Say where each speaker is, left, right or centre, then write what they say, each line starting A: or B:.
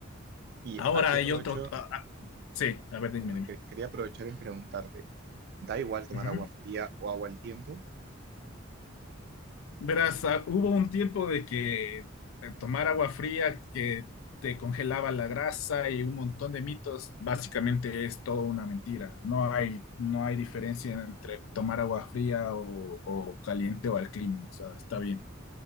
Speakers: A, on the right (about 55°); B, on the left (about 80°).
A: Y
B: Ahora
A: aquí
B: hay
A: aprovecho,
B: otro. ah, ah, sí, a ver, dime,
A: no,
B: dime.
A: que- quería aprovechar en preguntarte, Da igual tomar
B: Ujú.
A: agua fría o agua al tiempo.
B: Verás, ah, hubo un tiempo de que eh, tomar agua fría que te congelaba la grasa y un montón de mitos, básicamente es todo una mentira. No hay, no hay diferencia entre tomar agua fría o, o caliente o al clima, o sea, está bien.